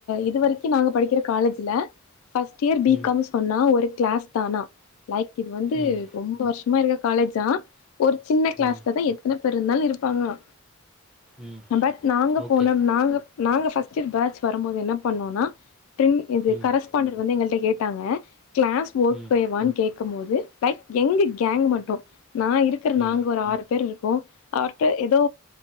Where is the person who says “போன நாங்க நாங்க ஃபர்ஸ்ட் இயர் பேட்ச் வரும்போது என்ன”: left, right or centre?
Left